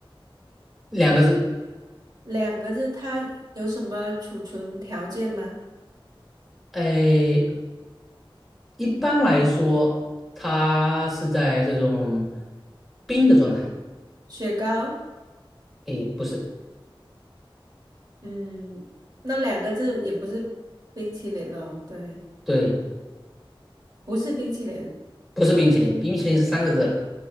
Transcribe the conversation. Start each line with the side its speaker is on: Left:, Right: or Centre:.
Centre: 两个字。
Right: 两个字，它有什么储存条件吗？
Centre: 哎，一般来说，它是在这种冰的状态。
Right: 雪糕，
Centre: 哎，不是，
Right: 嗯，那两个字也不是冰淇淋咯，对，
Centre: 对，
Right: 不是冰淇淋，
Centre: 不是冰淇淋，冰淇淋是三个字了。